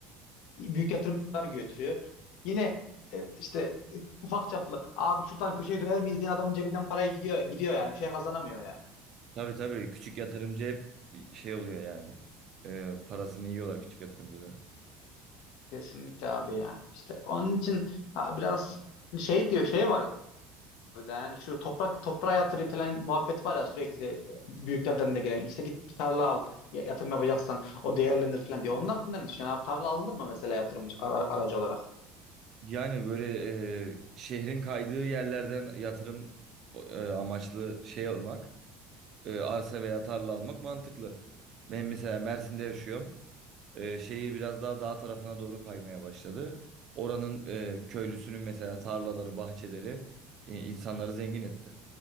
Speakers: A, on the left; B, on the right.
A: büyük yatırımlar götürüyor. Yine e, işte e, ufak çaplı abi şuradan köşeye döner miyiz diyen adamın cebinden paraya gidiyor gidiyor yani bir şey kazanamıyor ya.
B: Tabii tabii küçük yatırımcı hep şey oluyor yani. Ee, parasını yiyorlar küçük yatırımcılar.
A: Kesinlikle abi ya. İşte onun için ha, biraz hani şey diyor şey var bir de yani şu toprak toprağa yatırayım falan muhabbet var ya sürekli e, büyüklerden de gelen işte git bir tarla al ya- yatırım yapacaksan o değerlenir falan diyor. Onun hakkında ne düşünüyorsun abi tarla alınır mı mesela yatırım ar- ar- aracı olarak?
B: Yani böyle e, şehrin kaydığı yerlerden yatırım e, amaçlı şey almak, e, arsa veya tarla almak mantıklı. Ben mesela Mersin'de yaşıyorum. E, şehir biraz daha dağ tarafına doğru kaymaya başladı. Oranın e, köylüsünün mesela tarlaları, bahçeleri e, insanları zengin etti.